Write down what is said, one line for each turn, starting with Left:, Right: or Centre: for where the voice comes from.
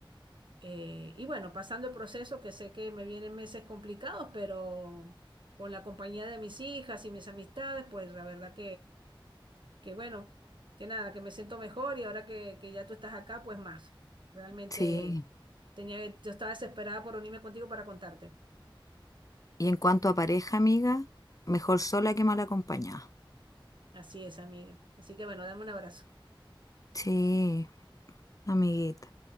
Right: Eh, y bueno, pasando el proceso, que sé que me vienen meses complicados, pero con la compañía de mis hijas y mis amistades, pues la verdad que bueno, que nada, que me siento mejor y ahora que, que ya tú estás acá, pues más. Realmente
Left: sí.
Right: tenía, yo estaba desesperada por unirme contigo para contarte.
Left: Y en cuanto a pareja, amiga, mejor sola que mal acompañada.
Right: Así es, amiga. Así que bueno, dame un abrazo.
Left: Sí, amiguita.